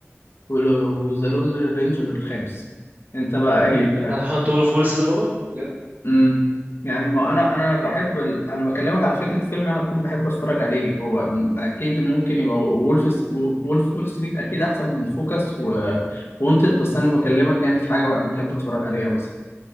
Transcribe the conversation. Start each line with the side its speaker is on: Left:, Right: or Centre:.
Left: وذا لون رينجر الخامس انت بقى ايه
Right: هنحطه له فول السيزون الرابع بجد
Left: امم يعني ما انا انا بحب ال... انا بكلمك على فكره فيلم انا اكون بحب اتفرج عليه هو م- اكيد ممكن يبقى وولف وولف وول ستريت اكيد احسن من فوكس و وونتد بس انا بكلمك يعني في حاجه بقى بحب اتفرج عليها بس